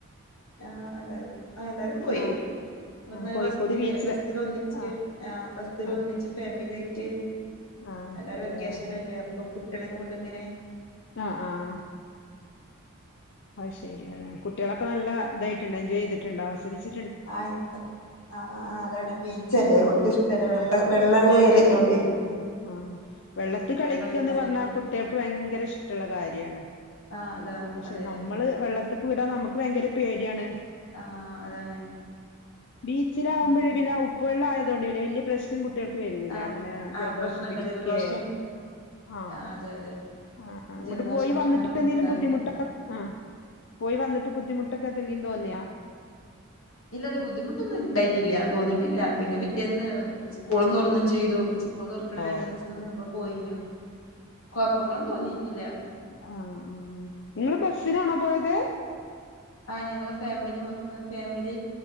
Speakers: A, on the left (about 85°); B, on the left (about 60°).
A: ആഹ് എല്ലാരും ആ എല്ലാരും പോയി
B: ആഹ്
A: ങ്ങൾ
B: ആഹ്
A: ഇങ്ങനെ
B: കോഴിക്കോട്
A: ബസ്സില്
B: ബീച്ചില്
A: ബസ്സിൽ ഒന്നിച്ച്
B: ആഹ്
A: ആ ബസ്സിൽ
B: ആഹ്
A: ഒന്നിച്ച് ഫാമിലി ആയിട്ട്
B: ആഹ്
A: എല്ലരും
B: അതെയോ
A: വെക്കേഷനല്ലേ അപ്പൊ കുട്ട്യളേം കൊണ്ട്ങ്ങനെ
B: അ ആഹ് അഹ് ശെരി ഏ കുട്ട്യാളൊക്കെ നല്ല ഇതായിട്ട്ണ്ട് എൻജോയ് ചെയ്തിട്ടുണ്ടോ ആസ്വദിച്
A: ആ <unintelligible> ആ അതാണ് ബീച്ചല്ലേ
B: ഉം
A: ഓല്ക്ക് ഇഷ്ടല്ലേ വെള്ള
B: ആഹ്
A: വെള്ളല്ലേ യൌണ്ടേ
B: ആഹ് വെള്ളത്ത് കളിക്കന്ന്
A: കളിക്കാനൊക്കെ
B: പറഞ്ഞാ കുട്ട്യാൾക്ക് ഭയങ്കര ഇഷ്ടള്ള കാര്യാണ്
A: ആഹ്
B: ഓല്ക്ക്
A: അതാ
B: പക്ഷെ
A: അതെ
B: നമ്മള്
A: അതെ
B: വെള്ളത്ത്ക്ക് വിടാ നമുക്ക് ഭയങ്കര പേടിയാണ്
A: ആഹ് അതാണ്
B: ബീച്ചിലാവുമ്പോഴേ
A: ഉം
B: പിന്നെ ഔ ഉപ്പ് വെള്ളായതോണ്ട് പിന്നെ വല്യയ പ്രശ്നം കുട്ട്യാൾക്ക് വരൂല
A: ആഹ്
B: അങ്ങനെ ജലദോഷം
A: ആഹ് പ്രശ്നല്ല
B: പിടിക്കേ
A: ജലദോഷം
B: ആ
A: ആഹ് അതെ അതെ
B: ആ ഇങ്ങട്ട്
A: ജലദോഷ
B: പോയി
A: പ്രശ്നങ്ങളൊന്നും
B: വന്ന്ട്ട് എന്തെങ്കിലും
A: ഉണ്ടാവില്ല
B: ബുദ്ധിമുട്ട് ആ പോയി വന്ന്ട്ട് ബു ദ്ധിമുട്ടൊക്കെ പിന്നിം തോന്നിയോ
A: ഇല്ല ല്ല ബുദ്ധിമുട്ടൊന്നുംണ്ടായിട്ടില്ല
B: ഉം
A: പൊന്ന്ട്ട്ല്ല
B: ഉം
A: പിന്നെ പിറ്റ് എന്ന് സ്കൂളും തൊർന്നും ചെയ്തു സ് സ്കൂൾ തൊർക്ക്ണ
B: ഓ
A: രണ്ട് ദിവസം മുമ്പ് പോയീനു കൊഴപ്പങ്ങളൊന്നും തോന്നീട്ടില്ല.
B: ആഹ് ആഹ് ങ്ങള് ബസ്സ്നാണോ പോയത്.
A: ആഹ് ഞങ്ങള് ഫാമിലി മൊത്തം ഫാമിലി.